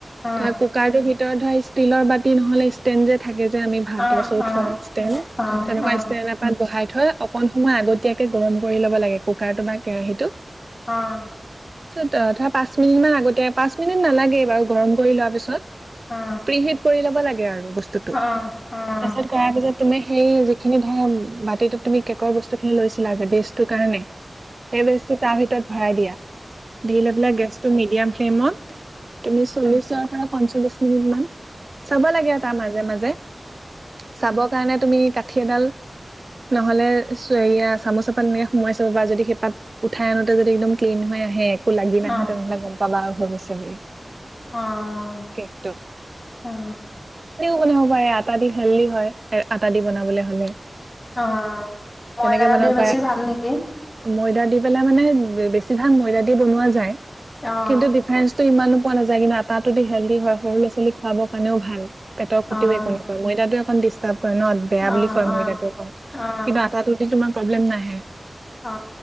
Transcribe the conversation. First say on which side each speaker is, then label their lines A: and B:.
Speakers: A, on the left (about 40°); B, on the right (about 45°).
A: অ',
B: ধৰা কুকাৰটোত ভিতৰত ধৰা ষ্টিলৰ বাতি নহলে ষ্টেণ্ড যে থাকে। আমি ভাতৰ
A: অ',
B: চৰু
A: অ',
B: থোৱা ষ্টেন তেনেকুৱা ষ্টেন
A: অ',
B: তেনেকুৱা
A: অ',
B: ষ্টেন এটাত বহাই। থৈ অকন সময় আগতীয়াকে গৰম কৰি ল'ব লাগে। কুকাৰটো বা কেৰাহীটো।
A: অ'।
B: অ' ধৰা পাঁচ মিনিট মান আগতে পাঁচ মিনিট নালাগে বাৰু গৰম কৰি লোৱা পিছত।
A: অ', অ',
B: প্ৰিহিড কৰি লব লাগে। সেয়ে আৰু বস্তুটো
A: অ', অ', অ', অ', অ', অ',
B: তাৰপিছত কৰাৰ পিছত। তুমি সেই যিখিনি ধৰা বাতিতো তুমি কেকৰ বস্তু খিনি লৈছা। বেষ্ট কাৰণে, সেই বেষ্ট ভৰাই দিয়া। দি লৈ পেলাই গেছটো মিডিয়াম ফেলমত। তুমি চল্লিশৰ পৰা পঞ্চল্লিছ মিনিট মান। চাব লাগে। তাৰ মাজে মাজে চাব কাৰণে তুমি কাঠি এডাল নহ'লে। এয়া চামুচ এপাত এনেকে সোমোৱাই চাব বা যদি সেইপাত উঠাই আনোত যদি একদম ক্লিন হৈ আহে এক। লাগি নাহে
A: অ', অ',
B: তেনেহে গম পাবা আৰু হৈ গৈছে। <unintelligible>
A: অ',
B: কেকটো।
A: অ'।
B: ল'ব পাৰে। আটা দি হেল্ডি হয় আটা দি বনাবলে হ'লে।
A: অ'হ মইদা
B: তেনেকে বনাব
A: দি বেছি
B: পাৰে।
A: ভাল নেকি?
B: ময়দা দি মানে। বেছি ভাগ ময়দা দি বনোৱা যায়।
A: অ',
B: কিন্তু ডিফাৰেঞ্চতো ইমানো পোৱা নাযায় কিন্তু আটাটোদি হেল্ডি হয় সৰু ল'ৰা- ছোৱালী খুৱাবৰ কাৰণেও ভাল। পেটৰ খতিও
A: অ',
B: একো নকয় ময়দাতো একন দি কয় ন বেয়া
A: অ',
B: বুলি কয় ময়দা
A: অ', অ',
B: অকণ
A: অ', অ',
B: কিন্তু আটাটো তোমাক প্ৰব্লেম নাহে।
A: অ